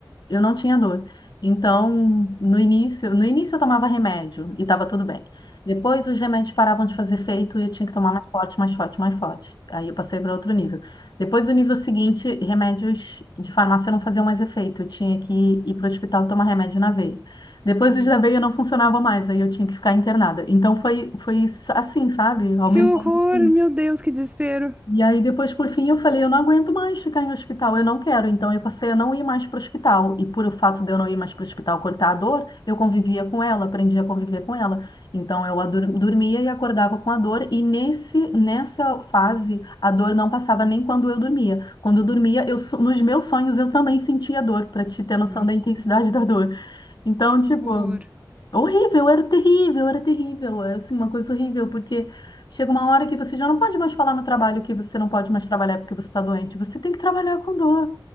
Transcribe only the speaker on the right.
Hum.
Que horror,
meu Deus, que desespero.
Ai,
Que horror.